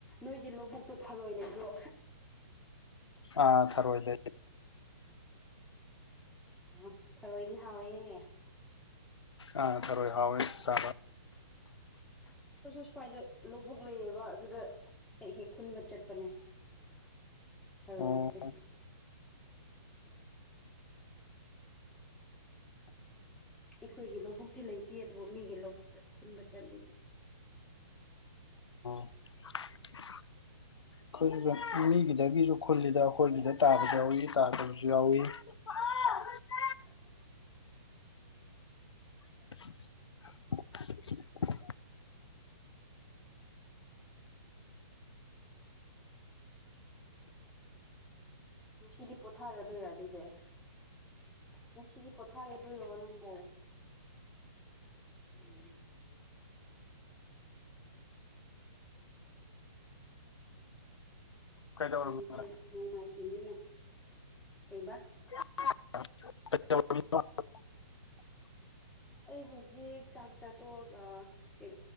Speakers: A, in the centre; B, on the left.
A: ꯅꯣꯏꯒꯤ ꯂꯧꯕꯨꯛꯇꯣ ꯊꯔꯣꯏ ꯂꯩꯕ꯭ꯔꯣ
B: ꯑꯥ ꯊꯔꯑꯣ ꯏ ꯂꯩ
A: ꯑꯣ ꯊꯔꯣꯏꯗꯤ ꯍꯥꯎꯏꯦ
B: ꯑ ꯇꯔꯣꯏ ꯍꯥꯎꯣꯏ ꯆ
A: ꯑꯩꯈꯣꯏꯁꯨ ꯁꯨꯃꯥꯏꯗ ꯂꯧꯕꯨꯛ ꯂꯩꯌꯦꯕ ꯑꯗꯨꯗ ꯍꯦꯛ ꯍꯦꯛ ꯈꯨꯟꯕ ꯆꯠꯄꯅꯦ ꯊꯔꯣꯏꯁꯦ
B: ꯑꯣ
A: ꯑꯩꯈꯣꯏꯒꯤ ꯂꯧꯕꯨꯛꯇꯤ ꯂꯩꯇꯦ ꯑꯗꯨꯕꯨ ꯃꯤꯒꯤ ꯂꯧꯕꯨꯛꯇ ꯈꯨꯟꯕ ꯆꯠꯂꯤꯕ
B: <unintelligible> ꯑꯩꯈꯣꯏꯁꯨ ꯃꯤꯒꯤꯗꯒꯤꯁꯨ ꯈꯨꯜꯂꯤꯗ ꯑꯩꯈꯣꯏꯒꯤꯗ ꯇꯥꯕꯁꯨ ꯌꯥꯎꯏ ꯇꯥꯗꯕꯁꯨ ꯌꯥꯎꯏ <unintelligible>
A: ꯏ
B: <unintelligible>
A: ꯁꯤꯗꯤ ꯄꯣꯊꯥꯔꯗꯣꯏꯔ ꯑꯗꯨꯗꯦ ꯉꯁꯤꯗꯤ ꯄꯣꯊꯥꯔꯦꯗꯔꯣ ꯅꯪꯣ ꯎꯝ
B: ꯀꯩꯗꯧꯔꯝꯃꯤꯅꯣ
A: ꯐꯩ ꯐꯩ ꯅꯣꯡꯃꯥꯏ ꯆꯤꯡꯅ ꯀꯩꯕꯥ
B: <unintelligible>
A: ꯑꯩ ꯍꯧꯖꯤꯛ ꯆꯥꯛ ꯆꯥꯊꯣꯛꯑꯒ ꯁꯤ